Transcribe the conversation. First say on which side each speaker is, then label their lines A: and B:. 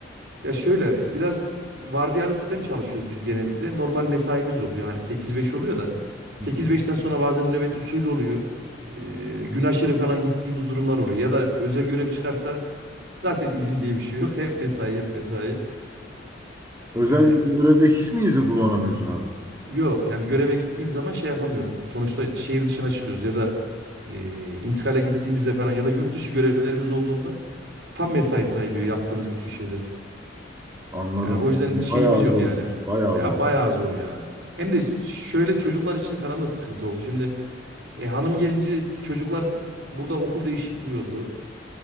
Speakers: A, on the right; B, on the right.
A: Ya şöyle biraz vardiyalı sistem çalışıyoruz biz genellikle. Normal mesaimiz oluyor. Hani sekiz beş oluyor da sekiz
B: Hı hı.
A: beşten sonra bazen nöbet usulü oluyor. Ee, gün aşırı falan gittiğimiz durumlar oluyor. Ya da özel görev çıkarsa zaten izin diye bir şey yok. <laughs> Hep mesai, hep mesai.
B: Özel
A: Yani
B: bir görevde hiç mi izin kullanamıyorsun abi?
A: yok yani göreve gittiğim zaman şey yapamıyorum. Sonuçta şehir dışına çıkıyoruz ya da e, intikale gittiğimizde falan ya da yurt dışı görevlerimiz olduğunda tam mesai sayılıyor yaptığımız bütün şeyler.
B: Anladım.
A: Yani o yüzden
B: Bayağı
A: şeyimiz yok
B: zormuş.
A: yani.
B: Bayağı
A: Ya
B: zor.
A: bayağı zor ya. Hem de şöyle çocuklar için falan da sıkıntı oldu. Şimdi e, hanım gelince çocuklar burada okul değişikliği oldu.